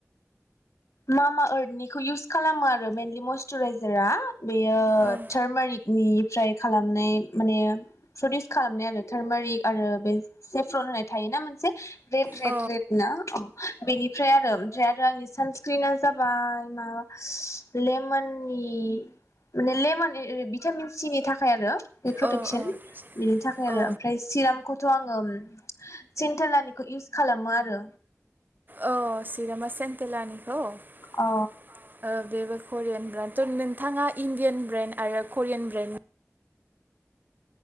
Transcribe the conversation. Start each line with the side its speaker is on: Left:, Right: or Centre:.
Left: मा मा आरदनिखौ इउस खालामो आरो मेइेनलि मयस्चराइजारा बेयो
Right: औ
Left: सारमारिग निफ्राय खालामनाय माने प्रडिउस खालामनाय आरो थार्मारिक आरो बे सेप्रल होननाय थायोना मोनसे रेड रेड
Right: अ
Left: रेड ना औ बेनिफ्राय आरो ओमफ्राय आरो आंनि सान सक्रिना जाबाय माबा लेमननि माने लेमन भिटामिन सिनि थाखाय आरो बे प्रटेकसन
Right: अ
Left: बिनि थाखाय आरो
Right: अ
Left: ओमफ्राय सिरामखौथ आं ओम सिन्थेलानिखौ इउस खालामो आरो
Right: औ चिरामा सेन्टेलानिखौ ओ
Left: अ
Right: बेबो करियान ब्रान नोंथाङा इण्डियान ब्रेन्ड आरो करियान ब्रेन्डनि